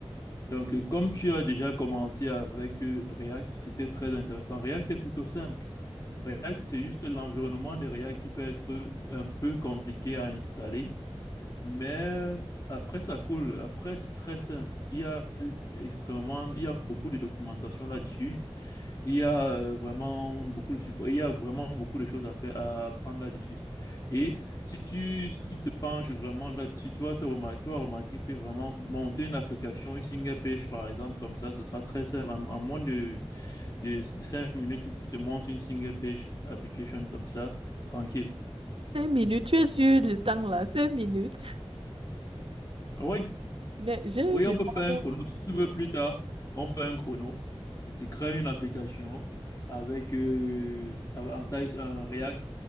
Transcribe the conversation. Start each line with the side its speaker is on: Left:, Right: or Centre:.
Left: donc euh, comme tu as déjà commencé avec euh, React, c'était très intéressant. React est plutôt simple. React, c'est juste l'environnement de React qui peut être un peu compliqué à installer, mais euh, après, ça coule. Après, c'est très simple. Il y a extrêmement, il y a beaucoup de documentation là-dessus. Il y a euh, vraiment beaucoup de support. Il y a vraiment beaucoup de choses à faire, à apprendre là-dessus. Et si tu, si tu te penches vraiment là-dessus, tu vas te remarquer, tu vas remarquer que vraiment monter une application, une single page, par exemple, comme ça, ce sera très simple. En, en moins de, de, de cinq minutes, tu, tu te montes une single page application comme ça, tranquille.
Right: Cinq minutes, tu es sûr du temps là, cinq minutes.
Left: Oui,
Right: Mais j'ai
Left: oui,
Right: eu du
Left: on peut faire
Right: mal.
Left: un chrono. Si tu veux plus tard, on fait un chrono. Je te crée une application avec euh, en Ty- un React